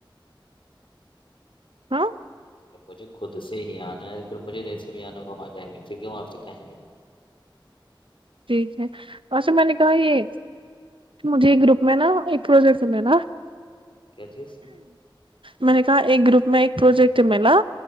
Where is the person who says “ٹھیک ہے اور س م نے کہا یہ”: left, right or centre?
Right